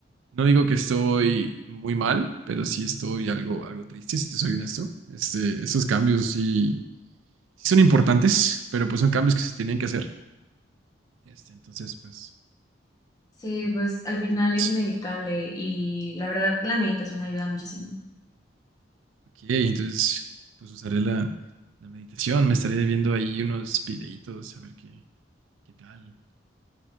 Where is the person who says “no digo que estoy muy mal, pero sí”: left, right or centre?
Right